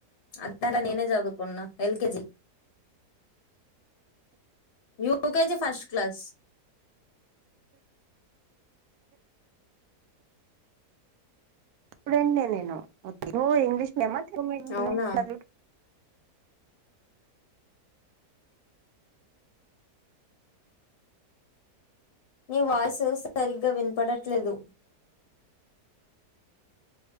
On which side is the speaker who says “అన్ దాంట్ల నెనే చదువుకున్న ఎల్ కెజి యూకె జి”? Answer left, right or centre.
Left